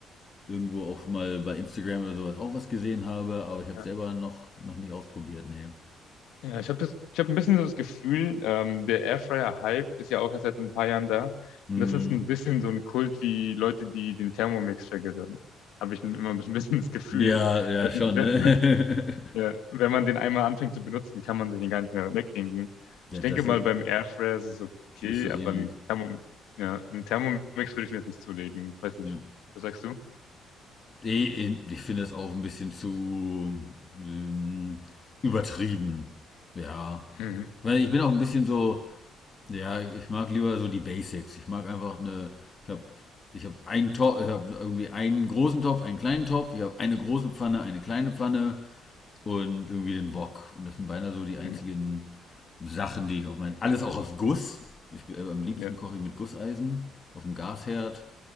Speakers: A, on the left; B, on the left.
A: irgendwo auch schon mal bei Instagram oder sowas auch was gesehen habe, aber ich habe
B: ja.
A: selber noch, noch nicht ausprobiert, nee.
B: Ja, ich habe das, ich habe ein bisschen so das Gefühl, ähm, der Airfryer-Hype ist ja auch erst seit ein paar Jahren da.
A: Mhm.
B: Und das ist ein bisschen so ein Kult wie Leute, die den Thermomix vergöttern. Habe ich immer ein bisschen das Gefühl,
A: Ja, ja,
B: wenn,
A: schon,
B: wenn,
A: ne? <laughs>
B: wenn, ja, wenn man den einmal anfängt zu benutzen, kann man den gar nicht mehr wegdenken.
A: Ja,
B: Ich denke
A: Das
B: mal,
A: ist,
B: beim Airfryer ist es okay,
A: ist so ähnlich.
B: aber ein Thermom, ja, ein Thermomix würde ich mir jetzt nicht zulegen. Weiß nicht.
A: Ja.
B: Was sagst du?
A: Eh, eh, Ich finde es auch ein bisschen zu ähm, übertrieben. Ja.
B: Mhm.
A: Weil ich bin auch ein bisschen so, Ja, ich mag lieber so die Basics. Ich mag einfach eine, ich habe ich hab einen Topf, ich habe irgendwie einen großen Topf, einen kleinen Topf, ich habe eine große Pfanne, eine kleine Pfanne und irgendwie den Wok. Und das sind beinahe so die einzigen
B: Mhm.
A: Sachen, die ich auf meinen, alles auch auf Guss. Ich, bin- äh, am liebsten
B: Ja,
A: koche ich mit Gusseisen, auf dem Gasherd.